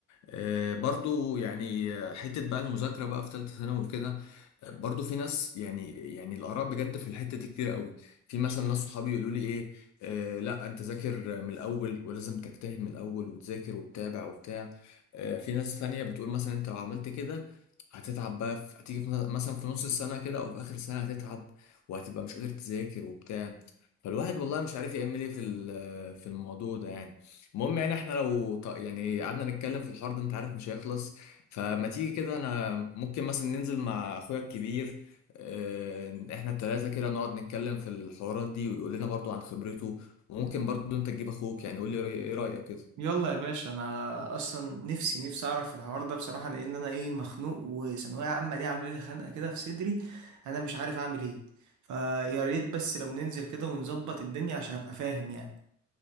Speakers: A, on the left; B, on the right.
A: آه، برضو يعني آه، حتة بقى المذاكرة بقى في ثالثة ثانوي وكده آه، برضو في ناس يعني يعني الآراء بجد في الحتة دي كتير قوي في مثلا ناس صحابي يقولوا لي إيه آه لا أنت ذاكر من الأول ولازم تجتهد من الأول وتذاكر وتتابع وبتاع آه في ناس ثانية بتقول مثلا أنت لو عملت كده هتتعب بقى في هتيجي في مثلا في نص السنة كده أو في آخر السنة هتتعب وهتبقى مش قادر تذاكر وبتاع فالواحد والله مش عارف يعمل إيه في ال- آه، في الموضوع ده يعني المهم يعني احنا لو ط- يعني قعدنا نتكلم في الحوار ده انت عارف مش هيخلص فما تيجي كده انا ممكن مثلا ننزل مع اخويا الكبير اه، احنا التلاتة كده نقعد نتكلم في الحوارات دي ويقول لنا برضو عن خبرته وممكن برضو انت تجيب اخوك يعني قول لي رأي- ايه رأيك كده
B: يلا يا باشا انا اصلا نفسي نفسي اعرف الحوار ده بصراحة لان انا ايه مخنوق وثانوية عامة دي عاملة لي خنقة كده في صدري انا مش عارف اعمل ايه فيا ريت بس لو ننزل كده ونظبط الدنيا عشان ابقى فاهم يعني